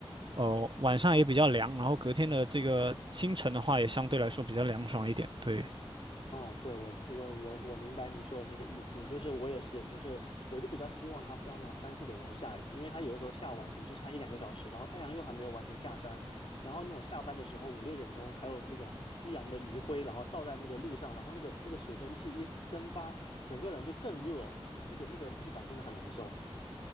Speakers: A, on the right; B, on the left.
A: 呃晚上也比较凉，然后隔天的这个清晨的话也相对来说比较凉爽一点，对。
B: 哦，对，我我我我明白你说的那个意思，就是我也是，就是我就比较希望它不要那种三四点钟下雨，因为它有的时候下完可能就下一两个小时，然后太阳又还没有完全下山，然后那种下班的时候五六点钟还有那种夕阳的余晖，然后照在那个路上，然后那个那个水蒸气一蒸发，整个人就更热，那个那个地板真的很难受。